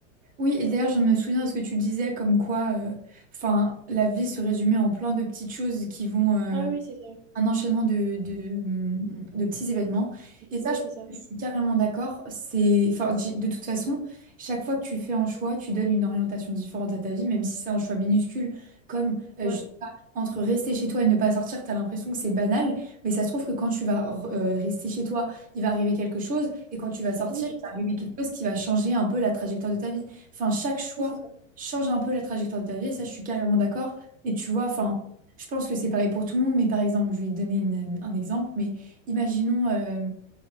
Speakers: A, on the right; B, on the right.
A: Oui, et d'ailleurs, je me souviens de ce que tu disais, comme quoi, euh, enfin, la vie se résumait en plein de petites choses qui vont, euh,
B: Ah oui c'est ça,
A: un enchaînement de, de, de petits événements. Et ça,
B: ouais
A: je
B: c'est
A: pense
B: ça,
A: que je suis carrément d'accord. C'est, enfin, j- de toute façon, chaque fois que tu fais un choix, tu donnes une orientation différente à ta vie, même si c'est un choix minuscule, comme euh,
B: ouais
A: je sais pas, entre rester chez toi et ne pas sortir, tu as l'impression que c'est banal, mais ça se trouve que quand tu vas re- euh, rester chez toi, il va arriver quelque chose, et quand tu vas sortir,
B: oui c'est
A: il
B: ça,
A: va arriver quelque chose qui va changer un peu la trajectoire de ta vie. Enfin, chaque choix
B: oui c'est ça,
A: change un peu la trajectoire de ta vie, et ça, je suis carrément d'accord. Et tu vois, enfin. Je pense que c'est pareil pour tout le monde, mais par exemple, je vais donner une- un exemple, mais imaginons, euh,